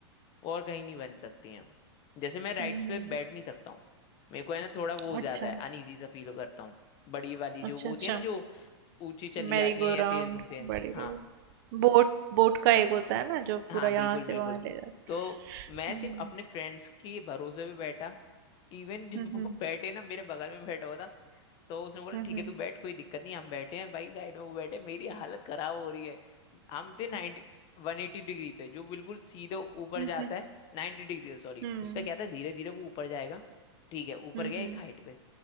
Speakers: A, on the left; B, on the right.
A: और कहीं नहीं बन सकती हैं जैसे मैं राइड्स
B: हुँ, हुँ,
A: पे बैठ नहीं सकता हूँ मेरे को है ना थोड़ा वो हो
B: अच्छा
A: जाता है अनईजी सा फील करता हूँ बड़ी वाली
B: अच्छा
A: जो वो होती
B: अच्छा
A: है ना जो ऊंची चली
B: मेरी
A: जाती
B: गो
A: है या
B: राउंड
A: तेज घूमती है
B: बड़े बड़े
A: हाँ
B: बोट बोट का एक होता है ना जो
A: हाँ
B: पूरा यहाँ
A: बिल्कुल
B: से
A: बिल्कुल
B: वहां ले जाता है।
A: तो मैं
B: हम्म
A: सिर्फ अपने फ्रेंड्स के भरोसे पे बैठा इवन जब
B: हम्म
A: वो बैठे ना मेरे बगल में बैठा हुआ था तो उसने बोला
B: हम्म
A: ठीक
B: हम्म
A: है तू बैठ कोई दिक्कत नहीं हम बैठे हैं भाई साइड में वो बैठे मेरी हालत खराब हो रही है हम थे 90 वन एटी डिग्री पे जो बिल्कुल सीधे ऊपर
B: हम्म
A: जाता है नाइन्टी डिग्री सॉरी
B: हम्म
A: उसका क्या था धीरे धीरे वो ऊपर जाएगा ठीक है ऊपर
B: हम्म
A: गया एक हाइट पे